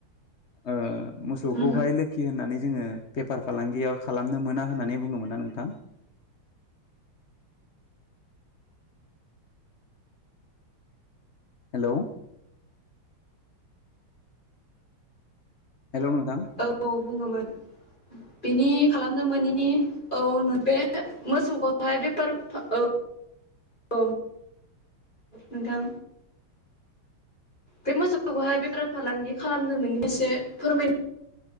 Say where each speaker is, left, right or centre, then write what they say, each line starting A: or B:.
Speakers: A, on the left; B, on the left.
A: ओ मोसौखौहाय
B: उम
A: लोखि होननानै जोङो बेफार फालांगियाव खालामनो मोना होननानै बुङोमोन ना नोंथां? हेल'। हेल' नोंथां
B: औ बुङोमोन बेनि खालामनो मोनैनि औ बे मोसौखौहाय बेफार औ औ नोंथां बे मोसौखौहाय बेफार फालांगि खालामनो नों एसे फोरमायनो